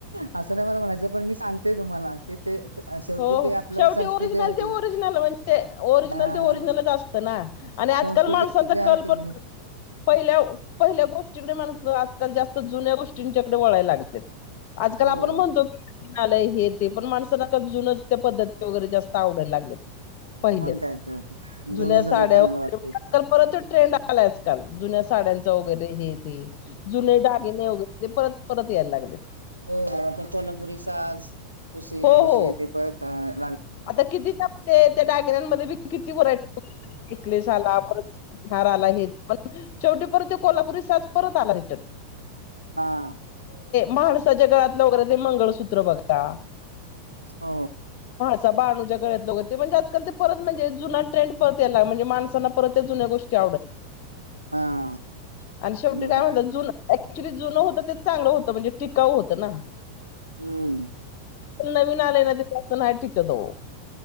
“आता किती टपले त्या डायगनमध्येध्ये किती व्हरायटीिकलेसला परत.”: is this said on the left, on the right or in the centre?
Left